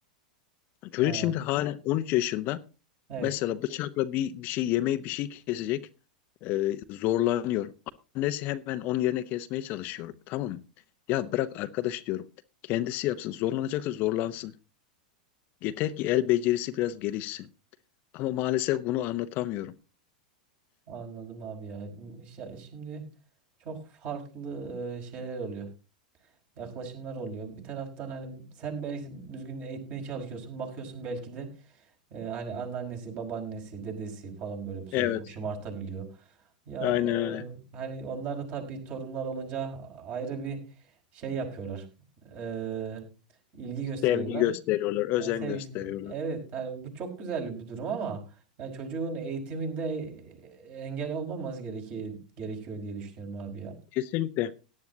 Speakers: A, on the left (about 45°); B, on the right (about 45°).
A: Çocuk
B: Ha,
A: şimdi halen Evet. 13 yaşında.
B: evet
A: Mesela bıçakla bir, bir şey yemeği bir şey kesecek. e, zorlanıyor. Annesi hemen onun yerine kesmeye çalışıyor. Tamam. mı? Ya bırak arkadaş diyorum. Kendisi yapsın. Zorlanacaksa zorlansın. Yeter ki el becerisi biraz gelişsin. Ama maalesef bunu anlatamıyorum.
B: anladım abi ya. Ya Şimdi çok farklı e, şeyler oluyor. Yaklaşımlar oluyor. Bir taraftan hani sen belki düzgün eğitmeye çalışıyorsun. Bakıyorsun belki de Ee, hani anneannesi, babaannesi, dedesi falan böyle bu sefer
A: Evet,
B: çok şımartabiliyor. Ya
A: aynen öyle.
B: e, hani onlar da tabii torunlar olunca ayrı bir şey yapıyorlar. Ee, ilgi gösteriyorlar.
A: Sevgi gösteriyorlar, özen
B: Ya sevgisi.
A: gösteriyorlar.
B: Evet hani bu çok güzel bir durum ama yani çocuğun eğitiminde e, engel olmaması gerekiyor, gerekiyor diye düşünüyorum abi ya.
A: Kesinlikle.